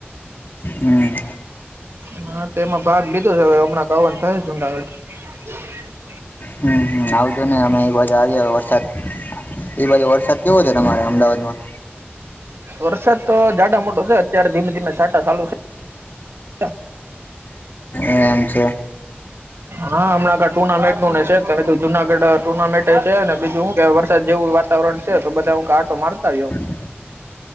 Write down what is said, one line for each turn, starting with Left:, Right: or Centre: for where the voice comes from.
Left: હમ
Right: હ હા તે એમાં ભાગ લીધો છે હવે હમણાં કવન થયસ જુનાગઢ <inaudible>
Left: હમમ આવજો ને અમે આવી વરસાદ એ બાજુ વરસાદ કેવો છે તમારે અમદાવાદમાં
Right: વરસાદ તો જાડા મોટો છે અત્યારે ધીમે ધીમે સાટા ચાલુ છે. <inaudible>
Left: એમ છે
Right: હા હમણાં ટુર્નામેન્ટ નું ને છે તોમે તો જુનાગઢ ટુર્નામે છે અને બીજું હું કે વરસાદ જેવું વાતાવરણ છે તો બધા હું આટો મારતા હો
Left: હા